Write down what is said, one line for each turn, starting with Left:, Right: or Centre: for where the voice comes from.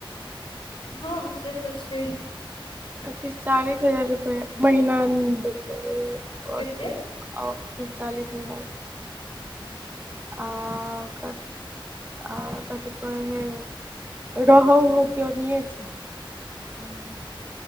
Left: हँऽ से तऽ छै।
Right: पैंतिस चालीस हजार रुपए महीना देतेय
Left: कते
Right: ओते। आउ तीस चालीस हजार।
Left: हंऽ
Right: आं कऽ। आ कथि कह हय, रहह उहो के ओनिये छै।
Left: हूँ